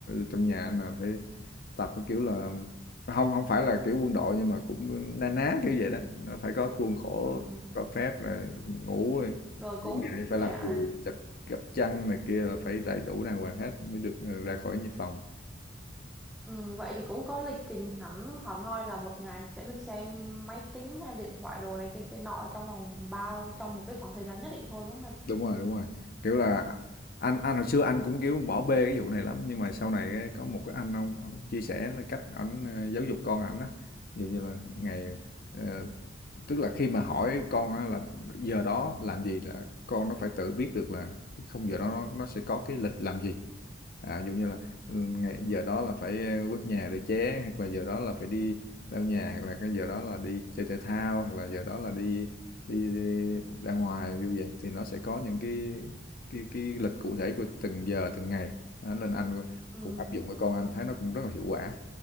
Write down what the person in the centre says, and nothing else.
Ừ
rồi cũng
dạ
Ừ, vậy thì cũng có lịch trình hẳn hẳn hoi là một ngày sẽ được xem máy tính hay điện thoại đồ này kia kia nọ trong vòng bao trong một cái khoảng thời gian nhất định thôi đúng không anh?
Ừ,